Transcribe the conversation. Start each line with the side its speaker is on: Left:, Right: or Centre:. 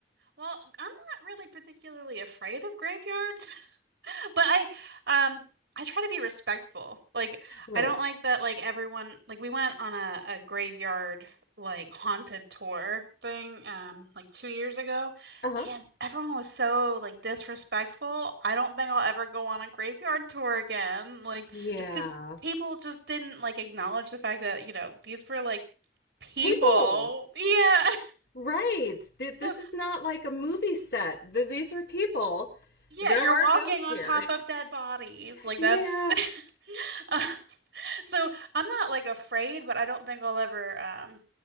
Right: Well, I'm not really particularly afraid of graveyards. But I um I try to be respectful. Like
Left: Right.
Right: I don't like that like everyone like we went on a, a graveyard like haunted tour thing um like two years ago
Left: Uh-huh.
Right: and everyone was so like disrespectful. I don't think I'll ever go on a graveyard tour again. Like
Left: Yeah.
Right: just 'cause people just didn't like acknowledge the fact that, you know, these were like people.
Left: People
Right: Yeah. <laughs>
Left: Right. Th- This
Right: So
Left: is not like a movie set. Th- These are people.
Right: yeah,
Left: There
Right: you're
Left: are
Right: walking
Left: ghosts
Right: on
Left: here.
Right: top
Left: <laughs>
Right: of dead bodies. Like
Left: Yeah.
Right: that's <laughs> <laughs> So I'm not like afraid, but I don't think I'll ever um